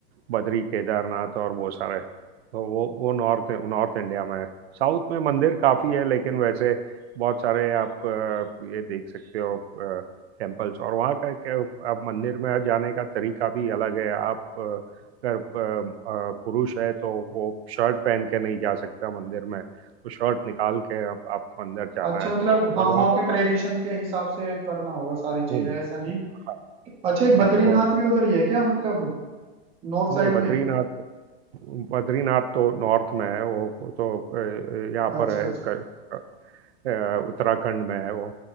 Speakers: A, on the right (about 80°); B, on the right (about 20°).
A: बद्री केदारनाथ और वो सारे तो वो वो नॉर्थ नॉर्थ इंडिया में है साउथ में मंदिर काफ़ी है लेकिन वैसे बहुत सारे आप अ, ये देख सकते हो टेम्पल्स और वहाँ का क्या आप मंदिर में जाने का तरीका भी अलग है आप अ, अगर अ, अ, पुरुष है तो वो शर्ट पहन के नहीं जा सकता मंदिर में तो शर्ट निकाल के आप, आपको अंदर जाना
B: अच्छा
A: है
B: मतलब वहाँ
A: और वहाँ
B: वहाँ के
A: पर
B: ट्रेडिशन के हिसाब से करना होगा सारी चीजें
A: हम्म,
B: ऐसा नहीं
A: हाँ,
B: अच्छा ये बद्रीनाथ
A: आपको
B: भी उधर ही है क्या मतलब नॉर्थ
A: नहीं
B: साइड
A: बद्रीनाथ
B: में
A: बद्रीनाथ तो नॉर्थ में है वो वो तो अ, यहाँ
B: अच्छा
A: पर है
B: अच्छा
A: क- अ, अ, उत्तराखंड में है वो